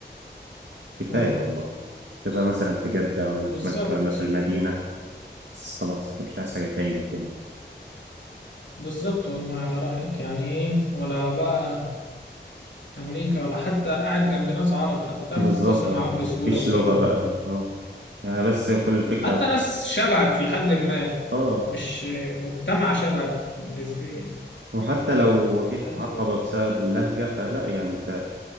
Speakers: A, on the right; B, on the left.
A: كفاية
B: امم
A: والله تبقى مثلا في جدة ولا
B: بالظبط
A: في مكة ولا في المدينة بس خلاص أنا مش عايز حاجة تاني من الدنيا
B: بالظبط والله على رأيك يعني ايه ولا بقى أمريكا ولا حتى قاعد جنب ناس عرب حتى تعرف
A: بالظبط
B: تتواصل
A: اه
B: معاهم بسهولة
A: مفيش
B: وكده
A: لغة بقى اه يعني بس كل الفكرة
B: حتى ناس شبهك لحد ما
A: اه
B: مش مجتمع شبهك نسبيا يعني
A: وحتى لو واجهت
B: حد
A: عقبة بسبب اللهجة فلا يعني انت